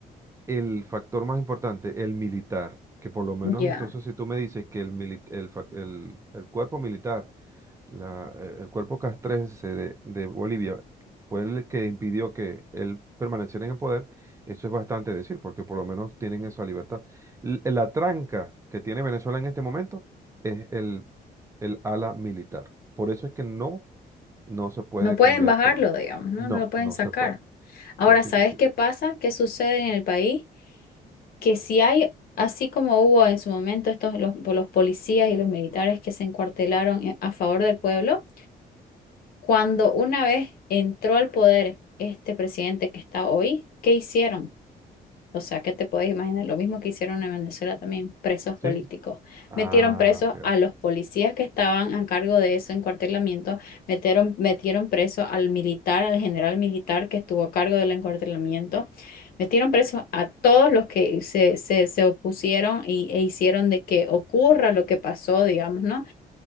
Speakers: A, on the right; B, on the left.
A: el factor más importante, el militar, que por lo menos
B: ya.
A: entonces si tú me dices que el, mili- el, fac- el el cuerpo militar la- eh, el cuerpo castrense de, de Bolivia fue el que impidió que él permaneciera en el poder, eso es bastante decir, porque por lo menos tienen esa libertad. L- eh, la tranca que tiene Venezuela en este momento es el, el ala militar. Por eso es que no, no se puede
B: No pueden
A: cambiar
B: bajarlo,
A: por...
B: digamos, ¿no?
A: No,
B: No lo pueden
A: no
B: sacar.
A: se puede.
B: Ahora,
A: Es
B: ¿sabes
A: imposible.
B: qué pasa? ¿Qué sucede en el país? Que si hay, así como hubo en su momento estos los, por los policías y los militares que se encuartelaron en- a favor del pueblo, cuando una vez entró al poder este presidente que está hoy, ¿qué hicieron? O sea que te puedes imaginar lo mismo que hicieron en Venezuela también, presos
A: ¿Sí?
B: políticos.
A: Ah,
B: Metieron presos
A: ok.
B: a los policías que estaban a cargo de eso encuartelamiento, metieron, metieron preso al militar, al general militar que estuvo a cargo del encuartelamiento, metieron presos a todos los que se, se, se opusieron y, e hicieron de que ocurra lo que pasó, digamos, ¿no?